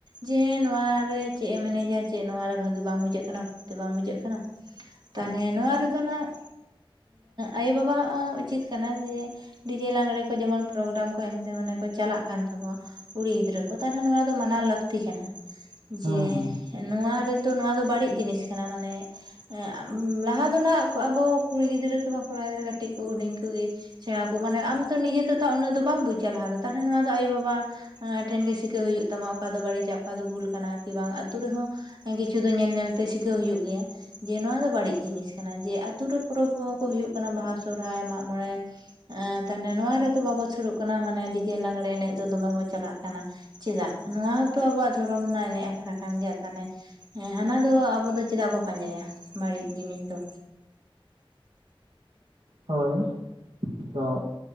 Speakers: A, on the right (about 45°); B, on the right (about 80°).
A: ᱡᱮ ᱱᱚᱣᱟ ᱨᱮ ᱪᱮᱫ ᱮᱢ ᱮᱱᱮᱡ ᱟ ᱪᱮᱫ ᱱᱚᱣᱟ ᱨᱮ ᱵᱷᱟᱹᱜᱤ ᱵᱟᱝ ᱵᱩᱡᱷᱟᱹᱜ ᱠᱟᱱᱟ ᱯᱷᱩᱨᱛᱤ ᱵᱟᱝ ᱵᱩᱡᱷᱟᱹᱜ ᱠᱟᱱᱟ
B: <unintelligible>
A: ᱛᱟᱦᱱᱮ ᱱᱚᱣᱟ ᱨᱮᱫᱚ ᱱᱟᱜ ᱟᱭᱳ ᱵᱟᱵᱟ ᱣᱟᱜ ᱩᱪᱤᱛ ᱠᱟᱱᱟ ᱡᱮ ᱰᱤᱡᱮ ᱞᱟᱜᱽᱬᱮ ᱠᱚ ᱡᱮᱢᱚᱱ ᱯᱨᱳᱜᱨᱟᱢ ᱠᱚ ᱮᱱᱛᱮ ᱢᱟᱱᱮ ᱠᱚ ᱪᱟᱞᱟᱜ ᱠᱟᱱ ᱛᱟᱵᱳᱣᱟ ᱠᱩᱲᱤ ᱜᱤᱫᱽᱨᱟᱹ <unintelligible> ᱱᱚᱣᱟ ᱫᱚ ᱢᱟᱱᱟ ᱞᱟᱹᱠᱛᱤ ᱠᱟᱱᱟ
B: ᱦᱮᱸ
A: ᱡᱮ
B: ᱦᱮᱸ ᱦᱮᱸ
A: ᱱᱚᱣᱟ ᱨᱮᱫᱚ ᱱᱚᱣᱟ ᱫᱚ ᱵᱟᱹᱲᱤᱡ ᱡᱤᱱᱤᱥ ᱠᱟᱱᱟ ᱢᱟᱱᱮ ᱮᱸ ᱞᱟᱦᱟ ᱫᱚ ᱱᱟᱸᱜ ᱟᱵᱚ ᱠᱩᱲᱤ ᱜᱤᱫᱽᱨᱟᱹ ᱠᱚᱵᱟ ᱠᱚᱲᱟ ᱜᱤᱫᱽᱨᱟᱹ ᱠᱟᱹᱴᱤᱡ ᱠᱚ ᱦᱩᱰᱤᱧ ᱠᱩᱜᱤ ᱥᱮᱬᱟ ᱠᱚ ᱢᱟᱱᱮ ᱟᱢ ᱛᱚ ᱱᱤᱡᱮ ᱛᱮ ᱛᱚ ᱩᱱᱟᱹᱜ ᱫᱚ ᱵᱟᱢ ᱵᱩᱡᱟᱹ ᱞᱟᱦᱟ ᱛᱟᱦᱮ ᱱᱚᱣᱟ ᱫᱚ ᱟᱭᱳ ᱵᱟᱵᱟ ᱴᱷᱮᱱ ᱜᱮ ᱥᱤᱠᱟᱹ ᱦᱩᱭᱩᱜ ᱛᱟᱢᱟ ᱚᱠᱟ ᱫᱚ ᱵᱟᱹᱲᱤᱡᱟᱜ ᱚᱠᱟ ᱫᱚ ᱵᱷᱩᱞ ᱠᱟᱱᱟ ᱠᱤ ᱵᱟᱝ ᱟᱛᱳ ᱨᱮᱦᱚᱸ ᱠᱤᱪᱷᱩ ᱫᱚ ᱧᱮᱞ ᱧᱮᱞ ᱛᱮ ᱥᱤᱠᱟᱹᱣ ᱦᱩᱭᱩᱜ ᱜᱮᱭᱟ ᱡᱮ ᱱᱚᱶᱟ ᱫᱚ ᱵᱟᱹᱲᱤᱡ ᱡᱤᱱᱤᱥ ᱠᱟᱱᱟ ᱡᱮ ᱟᱛᱩᱨᱮ ᱯᱚᱨᱚᱵᱽ ᱠᱚ ᱦᱩᱭᱩᱜ ᱠᱟᱱᱟ ᱵᱟᱦᱟ ᱥᱚᱦᱨᱟᱭ ᱢᱟᱜ ᱢᱚᱬᱮ <unintelligible> ᱱᱚᱣᱟ ᱨᱮᱫᱚ ᱵᱟᱵᱚ ᱥᱩᱨᱩᱜ ᱠᱟᱱᱟ ᱢᱟᱱᱮ ᱰᱤᱡᱮ ᱞᱟᱜᱽᱲᱮ ᱮᱱᱮᱡ ᱫᱚ ᱫᱚᱢᱮ ᱵᱚ ᱪᱟᱞᱟᱜ ᱠᱟᱱᱟ ᱪᱮᱫᱟᱜ ᱱᱚᱣᱟ ᱦᱚᱸᱛᱚ ᱟᱵᱚᱣᱟᱜ ᱫᱷᱚᱨᱚᱢ ᱨᱮᱱᱟᱜ ᱮᱱᱮᱡ ᱟᱠᱷᱲᱟ ᱠᱟᱱ ᱜᱮᱭᱟ ᱛᱟᱦᱱᱮ ᱦᱮᱸ ᱦᱟᱱᱟ ᱫᱚ ᱟᱵᱚ ᱫᱚ ᱪᱮᱫᱟᱜ ᱵᱚᱱ ᱯᱟᱸᱡᱟᱭᱟ ᱵᱟᱹᱲᱤᱡ ᱡᱤᱱᱤᱥ ᱫᱚ
B: ᱦᱳᱭ ᱛᱚ